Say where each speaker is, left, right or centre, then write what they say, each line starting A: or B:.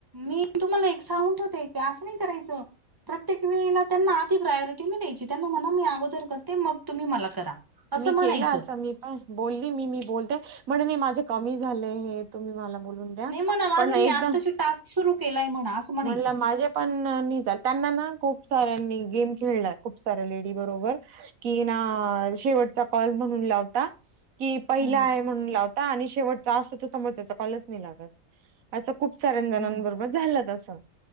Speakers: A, on the right; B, on the right.
A: मी तुम्हाला एक सांगून ठेवते की, असं नाही करायचं प्रत्येक वेळेला त्यांना ती प्रायोरिटी नाही द्यायची. त्यांना म्हणा मी अगोदर करते, मग तुम्ही मला करा. असं
B: मी
A: म्हणायचं
B: केला अस मी. अ बोलली मी मी बोलते म्हण नाही माझे कमी झालेय हे तुम्ही मला बोलून. द्या
A: नाही म्हणा, माझं
B: पण एकदा
A: मी आत्ताशी टास्क सुरू केलाय म्हणा. म्हणायचं
B: म्हणलं माझ्या पण नि जाल त्यांना ना खूप साऱ्यांनी गेम खेळलाय खूप साऱ्या लेडी बरोबर! कि ना शेवटचा कॉल म्हणून लावता. कि पहिला
A: हम्म
B: आहे म्हणून लावता आणि शेवटचा असतो तर समोर त्याचा कॉलच नाही लागत. असं खूप साऱ्या जणांबरोबर
A: हम्म
B: झालं तसं